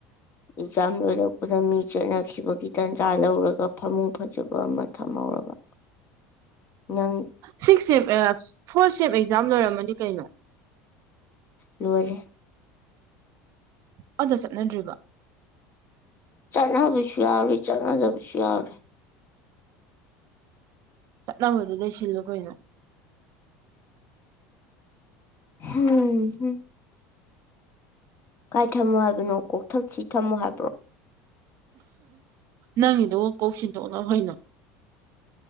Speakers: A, on the left (about 35°); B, on the right (about 50°).
A: ꯑꯦꯛꯖꯥꯝ ꯂꯣꯏꯔꯛꯄꯗ ꯃꯤ ꯆꯠꯅꯈꯤꯕꯒꯤ ꯇꯥꯟꯖꯥ ꯂꯧꯔꯒ ꯐꯃꯨꯡ ꯐꯖꯕ ꯑꯃ ꯊꯝꯍꯧꯔꯕ ꯅꯪꯒꯤ
B: ꯁꯤꯛꯁ ꯁꯦꯝ ꯑꯥ ꯐꯣꯔ ꯁꯦꯝ ꯑꯦꯛꯖꯥꯝ ꯂꯣꯏꯔꯝꯃꯅꯤ ꯀꯩꯅꯣ꯫
A: ꯂꯣꯏꯔꯦ꯫
B: ꯑꯝꯇ ꯆꯠꯅꯗꯔꯤꯕꯣ꯫
A: ꯆꯠꯅꯕꯁꯨ ꯌꯥꯎꯔꯦ ꯆꯠꯅꯗꯕꯁꯨ ꯌꯥꯎꯔꯦ꯫
B: ꯆꯠꯅꯕꯗꯨ ꯂꯩꯁꯤꯜꯂꯣ ꯀꯩꯅꯣ꯫
A: ꯍꯨꯝꯍꯨꯝ꯫ ꯀꯥꯏ ꯊꯝꯃꯣ ꯍꯥꯏꯕꯅꯣ ꯀꯣꯛꯊꯛꯁꯤ ꯊꯝꯃꯣ ꯍꯥꯏꯕ꯭ꯔꯣ꫰꫰
B: ꯅꯪꯒꯤꯗꯣ ꯀꯣꯛ ꯁꯤꯟꯗꯣꯛꯅꯧ ꯀꯩꯅꯣ꯫